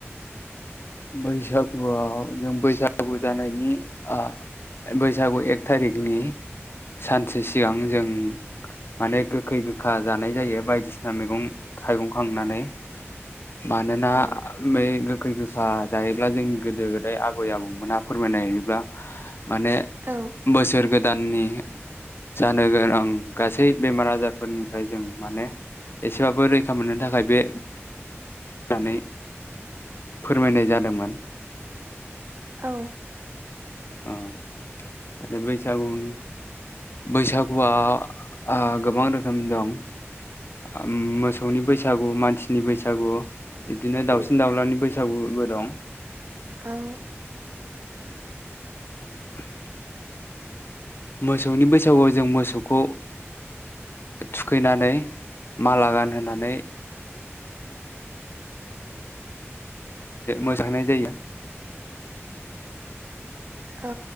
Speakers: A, on the left; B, on the right.
A: बैसागुआव जों बैसागु जानायनि ओ बैसागु एक थारिकनि सानसे सिगां जों माने गोखै गोखा जानाय जायो बायदिसिना मैगं थाइगं खांनानै मानोना
B: औ
A: बै गोखै गो खा जायोब्ला जोंनि गोदो गोदाय आबै आबौमोनहा फोरमायनाय बायदिब्ला माने
B: औ
A: बोसोर गोदाननि जानो गोनां गासै बेमार आजारफोरनिफ्राय जों माने एसेबाबो रैखा मोननो थाखाय बे होननानै फोरमायनाय जादोंमोन।
B: औ
A: अ बैसागुनि बैसागुआ ओ गोबां रोखोमनि दं। ओम मोसौनि बैसागु मानसिनि बैसागु बिदिनो दाउसिन दाउलानि बैसागुबो दं।
B: औ
A: <unintelligible> मोसौनि बैसागुआव जों मोसौखौ थुखैनानै माला गानहोनानै मोसानाय जायो।
B: औ